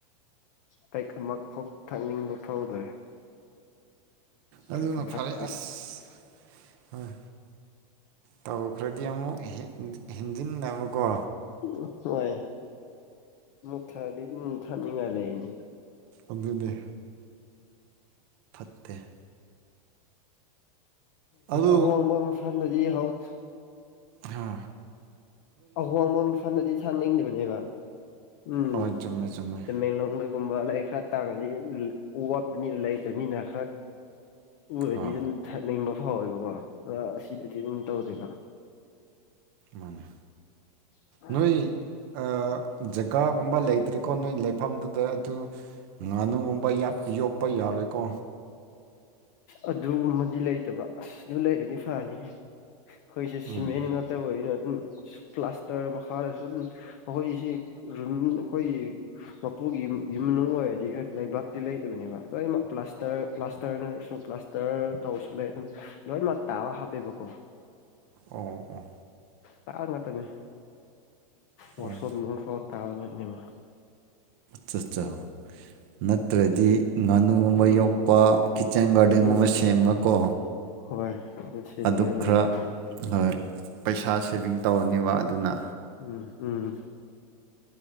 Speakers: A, on the left; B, on the right.
A: ꯇ ꯑꯃ ꯊꯛꯅꯤꯡꯕ ꯐꯥꯎꯗ꯭ꯔꯦ
B: ꯑꯗꯨꯒꯅ
A: ꯊꯛꯁꯨ ꯊꯛꯇ꯭ꯔꯤ
B: ꯐꯔꯦ ꯑꯁ ꯍꯣꯏ ꯇꯧꯈ꯭ꯔꯗꯤ ꯑꯃꯨꯛ ꯍꯦꯟ ꯍꯦꯟꯖꯤꯟꯅꯕꯀꯣ
A: ꯎ ꯍꯣꯏ ꯃꯨꯛ ꯊꯑꯗꯤ ꯑꯗꯨꯝ ꯊꯥꯅꯤꯡꯉꯥꯏ ꯂꯩꯅꯤ
B: ꯑꯗꯨꯅꯦ ꯇꯦ ꯑꯗꯨ
A: ꯑꯍꯣꯡꯕ ꯃꯁꯟꯅꯗꯤ ꯍꯥꯎꯠ
B: ꯍꯥ
A: ꯑꯍꯣꯡꯕ ꯐꯅꯗꯤ ꯊꯥꯛꯅꯤꯡꯗꯕꯅꯦꯕ ꯎꯝ
B: ꯍꯣꯏ ꯆꯨꯝꯃꯦ ꯆꯨꯝꯃꯦ
A: ꯇꯃꯦꯟ ꯂꯣꯡꯗ ꯒꯨꯝꯕ ꯂꯥꯏꯔꯤꯛ ꯈꯔ ꯇꯥꯡꯉꯅꯤ ꯋꯥꯠꯄꯅꯤꯅ ꯂꯩꯇꯕꯅꯤꯅ ꯈꯔ ꯎꯔꯗꯤ
B: ꯍ
A: ꯑꯗꯨꯝ ꯊꯠꯅꯤꯡꯕ ꯐꯥꯎꯋꯦꯕꯀꯣ ꯑꯁꯤꯗꯗꯤ ꯑꯗꯨꯝ ꯇꯧꯗꯦꯀꯣ
B: ꯃꯅꯦ
A: <unintelligible>
B: ꯅꯣꯏ ꯑ ꯖꯒꯥꯒꯨꯝꯕ ꯂꯩꯇ꯭ꯔꯤꯀꯣ ꯅꯣꯏ ꯂꯩꯐꯝꯗꯨꯗ ꯑꯗꯨ ꯉꯥꯅꯨꯒꯨꯝꯕ ꯌꯥꯞ ꯌꯣꯛꯄ ꯌꯥꯔꯣꯏꯀꯣ
A: ꯑ ꯑꯗꯨꯃꯗꯤ ꯂꯩꯇꯕ ꯑꯁ ꯑꯗꯨ ꯂꯩꯔꯗꯤ ꯐꯅꯤ ꯑꯩꯈꯣꯏꯁꯦ ꯁꯤꯃꯦꯟ
B: ꯎꯝ
A: ꯉꯥꯛꯇ ꯑꯣꯏꯅ ꯈꯟꯒꯅ ꯎꯝ ꯄ꯭ꯂꯥꯁꯇꯔ ꯃꯈꯥꯗ ꯁꯨꯝ ꯑꯩꯈꯣꯏꯁꯤ ꯔꯨꯝ ꯑꯩꯈꯣꯏꯒꯤ ꯃꯄꯨꯒꯤ ꯌꯨꯝ ꯃꯅꯨꯡ ꯑꯣꯏꯔꯗꯤ ꯂꯩꯕꯥꯛꯇꯤ ꯂꯩꯇꯕꯅꯦꯕ ꯂꯣꯏꯅꯃꯛ ꯄ꯭ꯂꯥꯁꯇꯔ ꯄ꯭ꯂꯥꯁꯇꯔꯅ ꯄꯂꯁꯇꯔ ꯇꯧꯁꯨ ꯂꯩ ꯑꯗꯨꯝ ꯂꯣꯏꯅꯃꯛ ꯇꯥꯕ ꯍꯥꯞꯄꯦꯕꯀꯣ
B: ꯑꯣ ꯑꯣ
A: ꯇꯥꯏꯜ ꯉꯥꯛꯇꯅꯦ ꯋꯥꯔꯁꯣꯞ
B: ꯑꯣ
A: ꯅꯣꯡꯁꯣ ꯇꯥꯏꯜ ꯉꯛꯅꯦꯕ
B: ꯆꯠ ꯆ ꯅꯠꯇ꯭ꯔꯗꯤ ꯉꯥꯅꯨꯒꯨꯝꯕ
A: ꯎꯝ
B: ꯌꯣꯛꯄ ꯀꯤꯠꯆꯦꯟ ꯒꯥꯔꯗꯦꯟꯒꯨꯝꯕ
A: ꯎꯝ ꯎꯝ
B: ꯁꯦꯝꯕꯀꯣ
A: ꯍꯣꯏ ꯁꯦꯠꯅꯤꯡꯉꯥꯏ
B: ꯑꯗꯨ
A: ꯂꯩꯗꯧꯕ
B: ꯈꯔ ꯍꯣꯏ ꯄꯩꯁꯥ ꯁꯦꯚꯤꯡ ꯇꯧꯔꯅꯦꯕ ꯑꯗꯨꯅ
A: ꯎꯝ ꯎꯝ